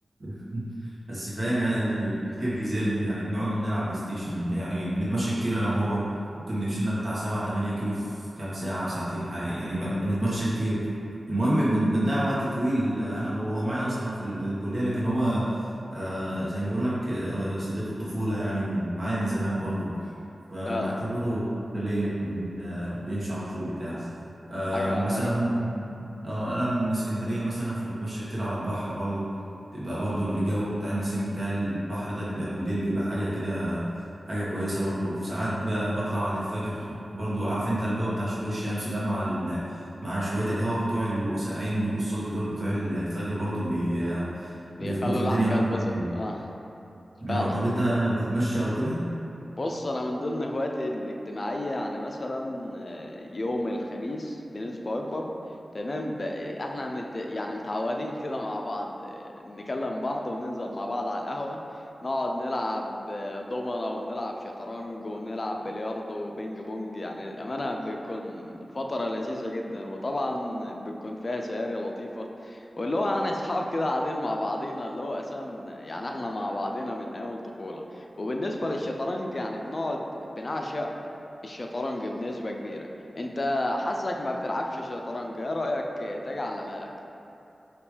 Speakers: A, on the right; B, on the left.
A: <laughs> بس فاهم يعني ال- الكيف بيزل يعني بنقعد نلعب بلاي ستيشن يعني بنتمشى كتير انا وهو ممكن نمشي لنا بتاع 7 8 كيلو في كام ساعه ساعتين حاجه يعني ب- بنتمشى كتير المهم بن- بنضيع وقت طويل انا هو هو معايا اصلا في ال- الكليه لكن هو آه زي ما بقول لك آه صديق الطفوله يعني معايا من زمان برضه فبعتبره
B: فعلا
A: ليا بن- آه، بيمشي على طول بتاع آه
B: حاجة
A: مثلا
B: حلوة
A: ممكن اه انا من اسكندريه مثلا فبتمشى كتير على البحر برضو بيبقى برضو الجو بتاع النسيم بتاع البحر ده بيبقى بالليل بيبقى حاجه كده حاجه كويسه برضو في ساعات ب- بطلع بعد الفجر برضو عارف انت الجو بتاع شروق الشمس ده مع ال... مع شويه الهواء بتوع اللي بيبقوا ساقعين بيبقوا الصبح دول بتوع الفجر برضو بي...
B: بيخلوا
A: بيظبطوا
B: الواحد
A: الدنيا
B: كده
A: مع
B: يتبسط
A: الواحد يعني
B: آه فعلا
A: اه طب انت بتتمشى او كده
B: بص انا من ضمن هواياتي الاجتماعيه يعني مثلا آه، يوم الخميس بنسبه اكبر تمام ب- احنا مت يعني متعودين <laughs> كده مع بعض آه، نكلم بعض وننزل مع بعض على القهوه نقعد نلعب آه، دومنه ونلعب شطرنج ونلعب بلياردو وبينج بونج يعني للامانه بتكون فتره لذيذه جدا وطبعا بتكون فيها سهاري لطيفه واللي هو يعني اصحاب كده قاعدين مع بعضينا اللي هو اساسا يعني احنا مع بعضينا من ايام الطفوله وبالنسبة للشطرنج يعني بنقعد بنعشق الشطرنج بنسبة كبيرة انت حاسك ما بتلعبش شطرنج ايه رأيك تيجي على مالك